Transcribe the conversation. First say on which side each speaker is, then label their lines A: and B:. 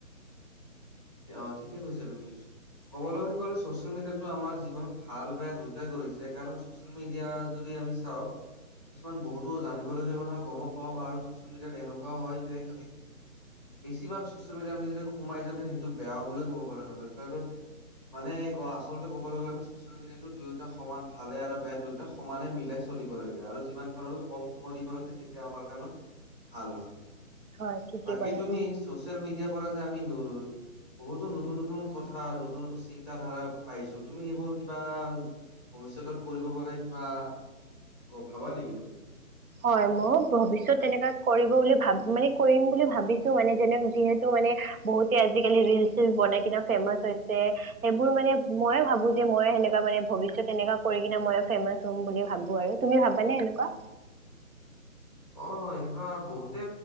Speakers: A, on the right; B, on the right.
A: অ, ঠিকে কৈছা, ন <inaudible> ক'বলৈ গ'লে ছ'চিয়েল মিডিয়াতো আমাৰ জীৱনত ভাল, বেয়া, দুয়োতাই গঢিছে কাৰণ ছচিয়েল মিডিয়া, যদি আমি চাওঁ। কিছুমান বহুতো জানিবলগীয়া কথা গম পাওঁ। আৰু ছ'চিয়েল মিডিয়াত এনেকুৱাও হয় যে আমি বেছিভাগ ছচিয়েল মিডিয়া আমি যদি সোমাই যাওঁ, তে সেইটো বেয়াও বুলিও ক'ব পাৰো। কাৰণ মানে কয়। আচলতে কবলৈ গ'লে আমি ছ'চিয়েল মিডিয়াটো দুয়োটা সমান। ভালে আৰু বেয়া দুয়োটা সমানে মিলাই চলিব লাগে। আৰু যিমান পাৰোঁ কম সময় দিব। লাগে তেতিয়া আমাৰ কাৰনে ভাল হয়।
B: হয় ঠিকেই
A: বাকী
B: ক'লা
A: তুমি ছ'চিয়েল মিডিয়াৰ পৰা যে আমি বহুতো নতুন, নতুন, কথা নতুন, নতুন, চিন্ত ধাৰা পাইছো, তুমি সেইবোৰ কিবা ভৱিষ্যতত কৰিব কাৰন, কিবা ভাবা নেকি তুমি?
B: হয়, মই ভৱিষ্যত তেনেকা কৰিব বুলি ভাবিছো। মানে কৰিম বুলি ভাবিছো মানে, যেনেক যিহেতু মানে বহুতে আজিকালি ৰিল-চিল বনাই কিনে ফেমাচ হৈছে। সেইবোৰ মানে মই ভাবো যে, মই সেনেকা মানে ভৱিষ্যত এনেকুৱা কৰি কিনে মই, ফেমাচ হম বুলি ভাবো আৰু। তুমি ভাবানে, এনেকুৱা?
A: অহ, এনেকুৱা বহুতে